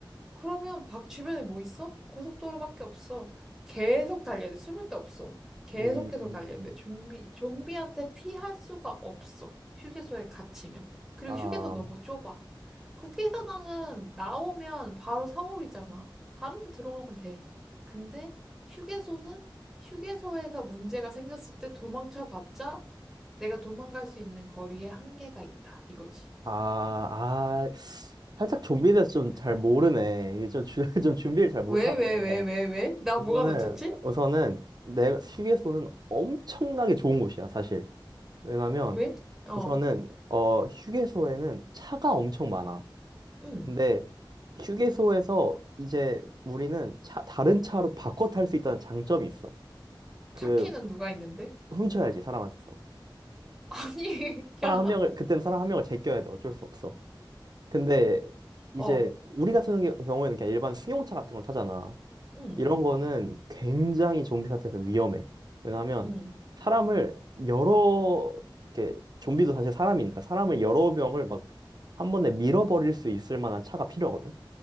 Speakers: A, in the centre; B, on the right (about 55°).
A: 그러면 밖 주변에 뭐 있어? 고속도로밖에 없어. 계속 달려야 돼. 숨을 데 없어. 계속
B: 음,
A: 계속 달려야 돼. 좀비, 좀비한테 피할 수가 없어. 휴게소에 갇히면. 그리고
B: 아,
A: 휴게소 너무 좁아. 국회의사당은 나오면 바로 사거리잖아. 다른 데 들어가면 돼. 근데 휴게소는 휴게소에서 문제가 생겼을 때 도망쳐봤자 내가 도망갈 수 있는 거리에 한계가 있다. 이거지.
B: 아, 아, 살짝 좀비에 대해서 좀 잘 모르네. 이게 좀, 주- <laughs> 좀 준비를 잘 못하네.
A: 왜, 왜, 왜, 왜, 왜? 나
B: 우선은,
A: 뭐가 놓쳤지?
B: 우선은, 내가 휴게소는 엄청나게 좋은 곳이야, 사실. 왜냐면
A: 왜? 어.
B: 우선은 어 휴게소에는 차가 엄청 많아.
A: 응,
B: 근데 휴게소에서 이제 우리는 차 다른 차로 바꿔 탈 수 있다는 장점이 있어. 그
A: 차키는 누가 있는데?
B: 훔쳐야지 사람한테서.
A: <laughs> 아니,
B: 사람
A: 야,
B: 한 명을 그때는 사람 한 명을 제껴야 돼. 어쩔 수 없어. 근데 이제
A: 어,
B: 우리 같은 게- 경우에는 그냥 일반 승용차 같은 걸 타잖아.
A: 응,
B: 이런 거는 굉장히 좀비 사태에서 위험해. 왜냐하면
A: 응,
B: 사람을 여러 이렇게 좀비도 사실 사람이니까 사람을 여러 명을 막 한 번에 밀어버릴 수 있을 만한 차가 필요하거든.